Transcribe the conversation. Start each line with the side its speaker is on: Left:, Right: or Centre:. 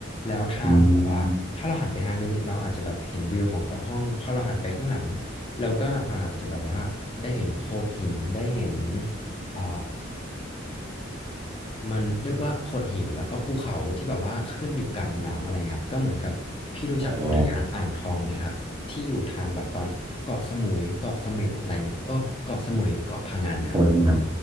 Left: แล้วทางแบบว่าถ้าเราหันไปทางนึงเราอาจจะแบบเห็นวิวของเกาะห้องพอเราหันไปข้างหลัง
Right: อืม
Left: เราก็อาจจะแบบว่าได้เห็นโขดหินได้เห็น เอ่ามันเรียกว่าโขดหินแล้วก็ภูเขาที่แบบว่าขึ้นอยู่กลางน้ำอะไรครับก็เหมือนกับพี่รู้จักอุทยานอ่างทองไหมครับที่อยู่ทางแบบตอนเกาะสมุยเกาะเสม็ดอะไรเงี้ยโอ้เกาะสมุยเกาะพะงันนะครับ
Right: โอ้คุ้นครับ